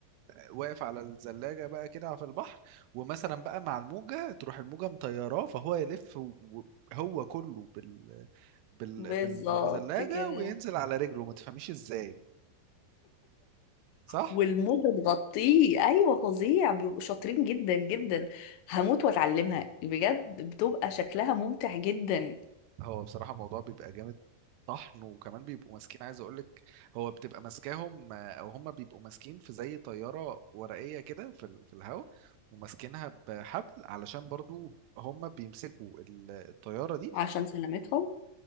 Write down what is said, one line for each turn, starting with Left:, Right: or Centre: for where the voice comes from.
Right: واقف على الزلاجة بقى كده في البحر ومثلا بقى مع الموجة تروح الموجة مطيراه فهو يلف و- هو كله بال... بال...
Left: بالظبط
Right: بالزلاجة
Left: كده
Right: وينزل على رجله ما تفهميش ازاي صح؟
Left: والموجة تغطيه ايوه فظيع بيبقوا شاطرين جدا جدا هموت واتعلمها بجد بتبقى شكلها ممتع جدا
Right: هو بصراحة الموضوع بيبقى جامد طحن وكمان بيبقوا ماسكين عايز اقولك هو بتبقى ماسكاهم آه، او هم بيبقوا ماسكين في زي طيارة ورقية كده في ال... في الهواء وماسكينها بحبل علشان برضو هم بيمسكوا ال- الطيارة دي
Left: عشان سلامتهم